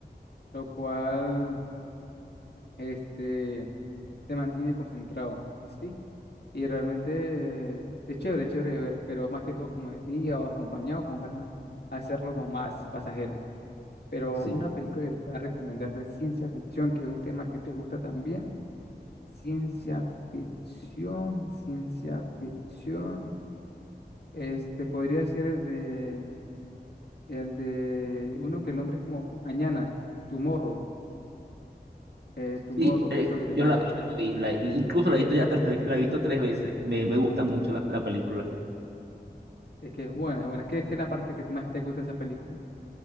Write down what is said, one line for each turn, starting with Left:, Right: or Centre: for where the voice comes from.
Left: lo cual, este, te mantiene concentrado, ¿sí? Y realmente eh, es chévere, es chévere de ver, pero más que todo como de día o acompañado, como para hacerlo como más pasajero. Pero
Right: Sí,
Left: una película que te pueda recomendar de ciencia ficción, que es un tema que te gusta también. Ciencia ficción, ciencia ficción. Este podría ser el de, el de uno que el nombre es como Mañana, Tomorrow, eh, Tomorrow,
Right: sí, eh,
Left: creo que se
Right: yo
Left: llama.
Right: la vi, yo la vi, la- incluso la he visto ya tres veces, la he visto tres veces, me, me gusta mucho la la película.
Left: Es que es buena, es buena. ¿Qué, qué es la parte que más te gusta de esa película?